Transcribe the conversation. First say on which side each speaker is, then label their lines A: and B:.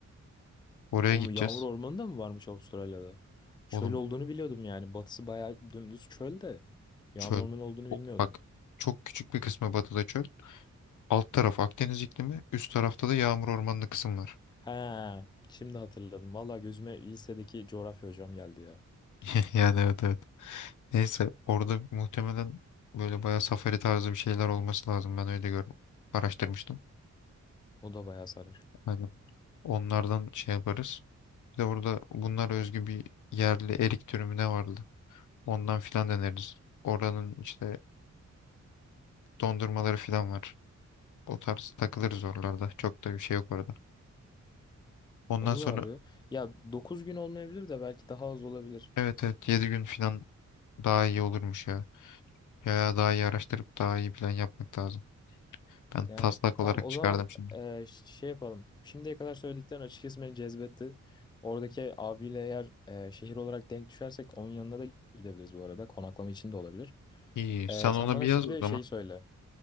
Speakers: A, on the left; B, on the left.
A: Oraya
B: O
A: gideceğiz.
B: yağmur ormanı da mı varmış Avustralya'da? Çöl
A: Oğlum
B: olduğunu biliyordum yani. Batısı bayağı dümdüz çöl de. Yağmur
A: çöl.
B: ormanı olduğunu
A: Çok-
B: bilmiyordum.
A: Bak çok küçük bir kısmı batıda çöl. Alt taraf Akdeniz iklimi. Üst tarafta da yağmur ormanlı kısım var.
B: He şimdi hatırladım. Valla gözüme lisedeki coğrafya hocam geldi ya.
A: <laughs> Yani evet evet. Neyse orada muhtemelen böyle bayağı safari tarzı bir şeyler olması lazım. Ben öyle gördüm. Araştırmıştım.
B: O da bayağı sarar.
A: Aynen. Onlardan şey yaparız. Bir de orada bunlara özgü bir yerli erik türü mü ne vardı? Ondan filan deneriz. Oranın işte dondurmaları falan var. O tarz takılırız oralarda. Çok da bir şey yok orada. Ondan
B: Olur
A: sonra
B: abi. Ya 9 gün olmayabilir de belki daha az olabilir.
A: evet evet 7 gün falan daha iyi olurmuş ya. Ya daha iyi araştırıp daha iyi plan yapmak lazım. Ben
B: Yani
A: taslak
B: tamam
A: olarak
B: o
A: çıkardım
B: zaman
A: şimdi.
B: e, ş- şey yapalım. Şimdiye kadar söylediklerin açıkçası beni cezbetti. Oradaki abiyle eğer e, şehir olarak denk düşersek onun yanına da gidebiliriz bu arada. Konaklama için de olabilir.
A: İyi sen
B: E, sen
A: ona
B: bana
A: bir yaz
B: şimdi
A: o zaman.
B: şeyi söyle.